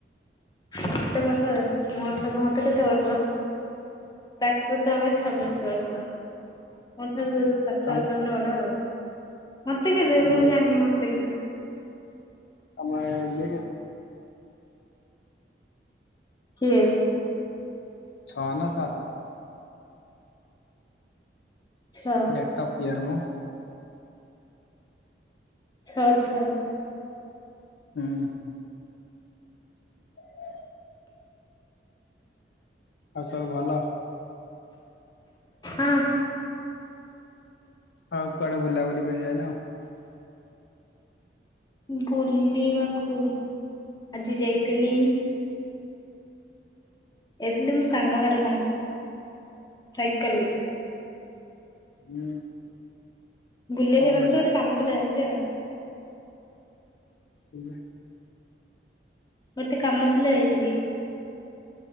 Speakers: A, on the left; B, on the left.
A: କେତେ ବର୍ଷ ମୋ ଠାରୁ ମତେ କେତେ ବର୍ଷ? ତାକୁ ତ ଏବେ ଛବିଶ ବର୍ଷ। ମୋଠାରୁ ସାତ
B: ତମ
A: ବର୍ଷ ଖଣ୍ଡେ ବଡ ଆଉ। ମତେ କେତେ
B: ତମ
A: ମୁଁ ଜାଣିନି ମତେ କେତେ?
B: ସମୟ
A: କିଏ?
B: ଛଅ ନା ସାତେ?
A: ଛଅ।
B: ଡେଟ ଅଫ୍ ଇୟର ମ।
A: ଛଅ ଛଅ।
B: ହଁ। <unintelligible> ଆଉ ସବୁ ଭଲ?
A: ହଁ।
B: ଆଉ କୁଆଡେ ବୁଲାବୁଲି କରି ଯାଇନ?
A: ବୁଲିବାକୁ ଆଜି ଯାଇଥିଲି। ଯାଇଥିଲି ମୋ ସାଙ୍ଗ ଘର ଗାଁକୁ, ସାଇକେଲରେ
B: ହୁଁ।
A: ବୁଲିବାକୁ
B: କଣ
A: ନଥିଲା
B: କରିବି
A: ଗୋଟେ କାମ ଥିଲା ଯାଇଥିଲି ଆଉ।
B: କୋଉ ଗାଁ <inaudible>
A: ଗୋଟେ କାମ ଥିଲା ଯାଇଥିଲି।